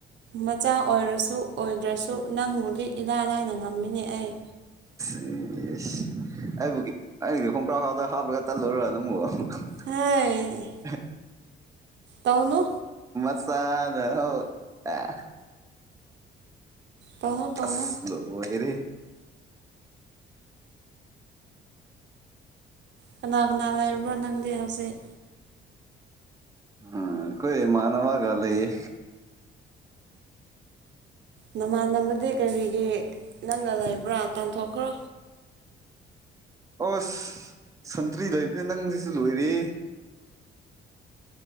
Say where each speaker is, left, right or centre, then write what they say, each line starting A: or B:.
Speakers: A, on the right; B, on the right.
A: ꯃꯆꯥ ꯑꯣꯏꯔꯁꯨ ꯑꯣꯏꯗ꯭ꯔꯁꯨ ꯅꯪꯕꯨꯗꯤ ꯏꯂꯥꯏ ꯂꯥꯏꯅ ꯉꯝꯃꯤꯅꯦ ꯑꯩ
B: ꯫ <unintelligible> <unintelligible> ꯑꯩꯕꯨꯒꯤ ꯑꯩꯒꯤ ꯍꯣꯡꯀ꯭ꯔꯥ ꯈꯥꯎꯗ ꯍꯥꯞꯄꯒ ꯇꯠꯂꯨꯔ ꯅꯪꯕꯨ <unintelligible>
A: ꯍꯩ ꯇꯧꯅꯨ
B: <unintelligible>
A: ꯇꯧꯅꯨ ꯇꯧꯅꯨ
B: ꯑꯁ ꯂꯣꯏꯔꯦꯍꯦ
A: ꯀꯅꯥ ꯀꯅꯥ ꯂꯩꯕ꯭ꯔꯣ ꯅꯪꯗꯤ ꯍꯧꯖꯤꯛ
B: ꯑꯥ ꯑꯩꯈꯣꯏ ꯏꯃꯟꯅꯕꯒ ꯂꯩꯌꯦ
A: ꯅꯃꯥꯟꯅꯕꯗꯤ ꯀꯔꯤꯒꯤ ꯅꯪꯒ ꯂꯩꯕ꯭ꯔꯥ ꯇꯥꯟꯊꯣꯛꯈ꯭ꯔꯣ
B: ꯑꯁ ꯁꯟꯇ꯭ꯔꯤ ꯂꯩꯕꯅꯦ ꯅꯪ ꯁꯤꯁꯨ ꯂꯣꯏꯔ